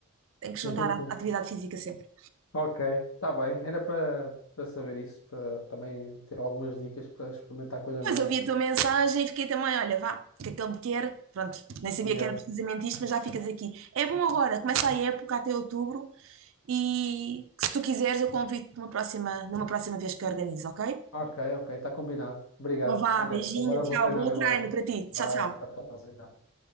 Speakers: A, on the right (about 60°); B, on the left (about 65°).
A: tenho que juntar
B: Sim, sim.
A: a
B: sim.
A: atividade física sempre.
B: Ok, está bem. Era para para saber isso, para também ter algumas dicas para experimentar coisas
A: Mas
B: novas.
A: eu vi a tua mensagem e fiquei também, olha, vá, o que é que ele me quer? Pronto, nem sabia
B: Yeah.
A: que era precisamente isto, mas já ficas aqui. É bom agora, começa a época até outubro e se tu quiseres eu convido-te numa próxima, numa próxima vez que eu organizo, ok?
B: Ok, ok, está combinado. Obrigado.
A: Então vá,
B: Olha,
A: beijinho,
B: agora
A: tchau,
B: vou treinar
A: bom
B: agora.
A: treino para ti. Tchau,
B: Ah,
A: tchau.
B: tá, tá, obrigado.